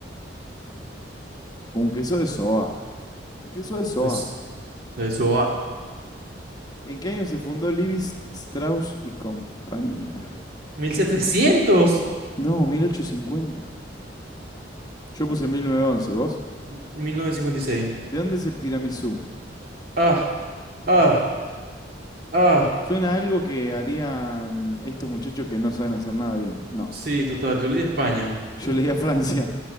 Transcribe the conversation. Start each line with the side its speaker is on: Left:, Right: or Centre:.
Left: Un queso de soja. Un queso de soja.
Right: Es de eso a
Left: ¿En qué año se fundó Levi Strauss y compañía?
Right: mil mil setecientos
Left: No, 1850. Yo puse 1911. ¿vos?
Right: mil novecientos cincuenta y seis
Left: ¿De dónde es el tiramisú?
Right: Ah, ah, ah.
Left: Suena a algo que harían estos muchachos que no saben hacer nada bien. No.
Right: Sí, total. Yo le di a España.
Left: Yo leí a Francia.